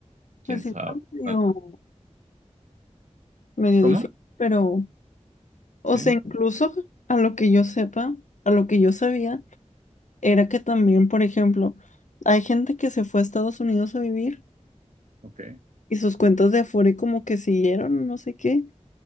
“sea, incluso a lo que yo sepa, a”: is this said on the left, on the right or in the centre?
Left